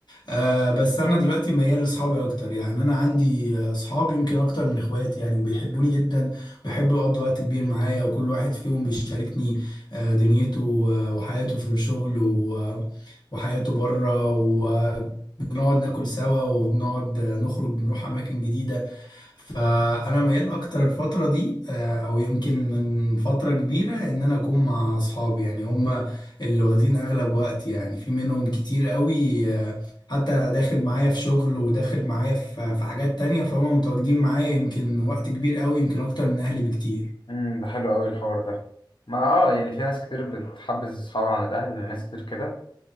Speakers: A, on the left; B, on the left.
A: آه بس انا دلوقتي ميال لاصحابي اكتر يعني انا عندي آه، اصحاب يمكن اكتر من اخواتي يعني وبيحبوني جدا بيحبوا يقضوا وقت كبير معايا وكل واحد فيهم بيشاركني آه دنيته و- وحياته في الشغل و- وحياته بره وبنقعد ناكل سوا وبنقعد آه، نخرج بنروح اماكن جديدة فانا ميال اكتر الفتره دي آه، او يمكن من فتره كبيره ان انا اكون مع اصحابي يعني هم اللي واخدين اغلب وقتي يعني في منهم كتير قوي آه، حتى داخل معايا في شغل وداخل معايا في في حاجات تانية فهم متواجدين معايا يمكن وقت كبير قوي يمكن اكتر من اهلي بكتير
B: امم ده حلو قوي الحوار ده ما اه يعني في ناس كتير بتحبس صحابها عن الاهل ناس كتير كده